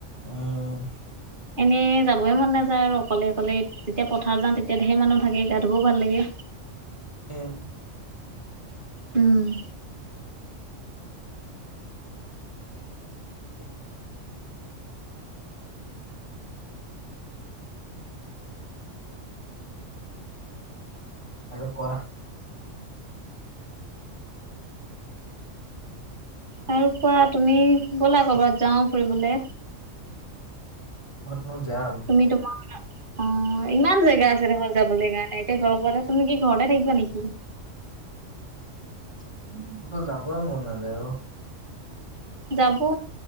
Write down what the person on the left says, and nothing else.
অহ'
উম।
<unintelligible> আৰু কোৱানা।
ক'ত নো যাম।
<inaudible> উম কতো যাবই মন নাযায় অ